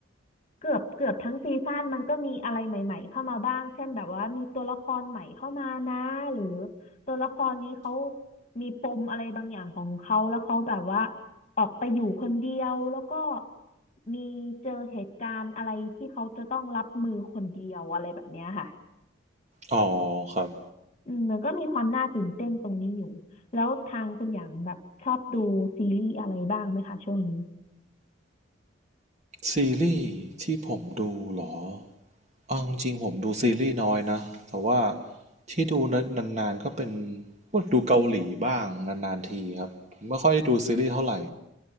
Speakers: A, on the left; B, on the right.
A: เกือบเกือบทั้งซีซั่นมันก็มีอะไรใหม่ๆเข้ามาบ้างเช่นแบบว่ามีตัวละครใหม่เข้ามานะหรือตัวละครนี้เขามีปมอะไรบางอย่างของเขาแล้วเขาแบบว่าออกไปอยู่คนเดียวแล้วก็มีเจอเหตุการณ์อะไรที่เขาจะต้องรับมือคนเดียวอะไรแบบเนี้ยค่ะ
B: อ๋อครับ
A: อืมมันก็มีความน่าตื่นเต้นตรงนี้อยู่แล้วทางคุณอย่างแบบชอบดูซีรีส์อะไรบ้างไหมคะช่วงนี้
B: ซีรีส์ที่ผมดูเหรอเอาจริงๆผมดูซีรีส์น้อยนะแต่ว่าที่ดูนานๆก็เป็นพวกดูเกาหลีบ้างนานๆทีครับผมไม่ค่อยได้ดูซีรีส์เท่าไหร่